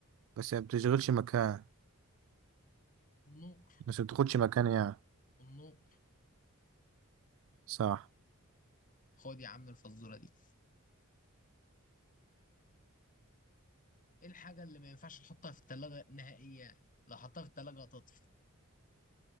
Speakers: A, on the right; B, on the left.
A: بس ما بتشغلش مكان
B: النقر
A: بس ما بتاخدش مكان يعني
B: النقر
A: صح
B: خد يا عم الفزورة دي ايه الحاجة اللي ما ينفعش تحطها في التلاجة نهائيا لو حطها في التلاجة هتطفي